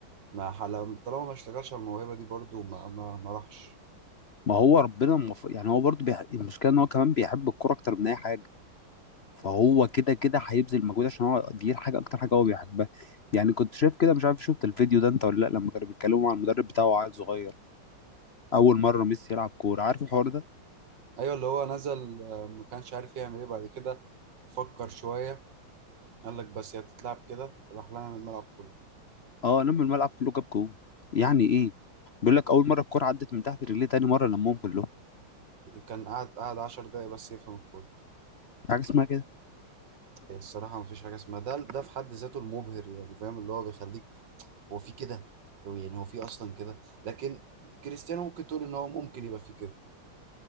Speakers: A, on the right; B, on the left.
A: ما حل- طالما ما اشتغلش على الموهبه دي برضه ما ما ما راحش
B: ما هو ربنا المف... يعني هو برضه بيح... المشكله ان هو كمان بيحب الكوره اكتر من اي حاجه فهو كده كده هيبذل مجهود عشان هو دي الحاجه اكتر حاجه هو بيحبها يعني كنت شايف كده مش عارف شفت الفيديو ده انت ولا لا لما كانوا بيتكلموا مع المدرب بتاعه وعيل صغير اول مره ميسي يلعب كوره عارف الحوار ده
A: ايوه اللي هو نزل آه، ما كانش عارف يعمل ايه بعد كده فكر شويه قال لك بس هي بتتلعب كده راح لها من الملعب كله
B: اه لم الملعب كله جاب جول يعني ايه بيقول لك اول مره الكوره عدت من تحت رجليه تاني مره لمهم كلهم
A: كان قاعد قاعد 10 دقايق بس يفهم الكورة
B: في حاجه اسمها كده
A: هي الصراحة ما فيش حاجة اسمها ده ده في حد ذاته المبهر يعني فاهم اللي هو بيخليك هو في كده هو يعني هو في أصلا كده لكن كريستيانو ممكن تقول إن هو ممكن يبقى في كده